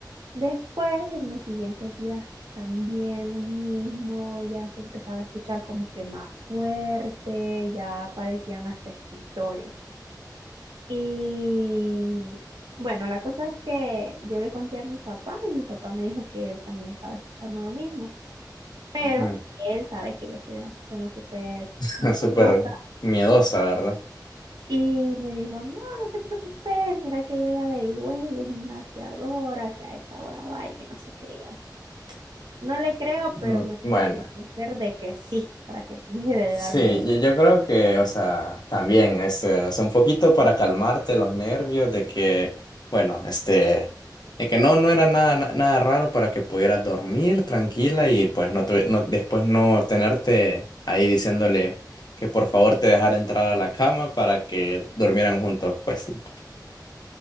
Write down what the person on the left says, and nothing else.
<laughs>
Ujú. Súper miedosa, ¿verdad?
Mm,
Bueno,
Sí,
yo, yo creo que, o sea, también es, eh, o sea, un poquito para calmarte los nervios de que, bueno, este, de que no, no era nada, na- nada raro para que pudieras dormir tranquila y pues no, tuvi- no después no tenerte ahí diciéndole que por favor te dejara entrar a la cama para que durmieran juntos, pues sí.